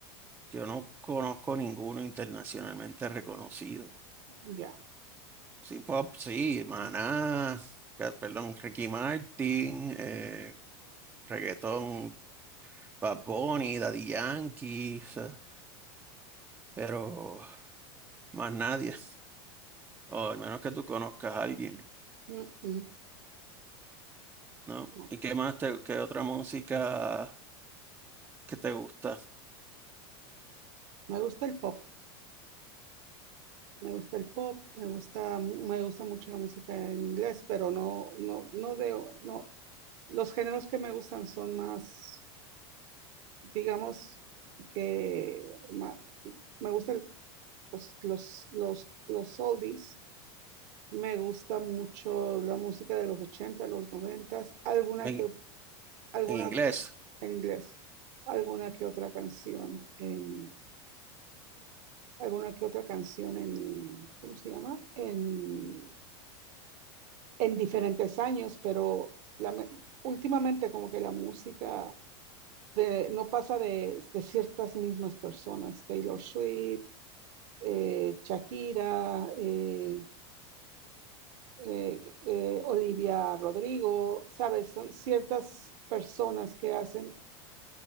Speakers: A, on the right; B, on the right.
A: yo no conozco ninguno internacionalmente reconocido.
B: Ya,
A: Sí, pop, sí, Maná, ca- perdón, Ricky Martin, eh, reggaetón, Bad Bunny, Daddy Yankee, o sea, pero más nadie, o al menos que tú conozcas a alguien,
B: Mm, mm,
A: ¿no?
B: no.
A: ¿Y qué más te, qué otra música que te gusta
B: Me gusta el pop, me gusta el pop, me gusta, mu- me gusta mucho la música en inglés, pero no, no, no de, no, los géneros que me gustan son más, digamos, que ma- me gusta los, los, los, los oldies. Me gusta mucho la música de los 80 los 90, alguna
A: en,
B: que, ot- alguna
A: en inglés?
B: en inglés, alguna que otra canción en, alguna que otra canción en, ¿cómo se llama? En, en diferentes años, pero la me- últimamente como que la música de- no pasa de, de ciertas mismas personas, Taylor Swift, eh, Shakira, eh, eh, eh, Olivia Rodrigo, ¿sabes? Son ciertas personas que hacen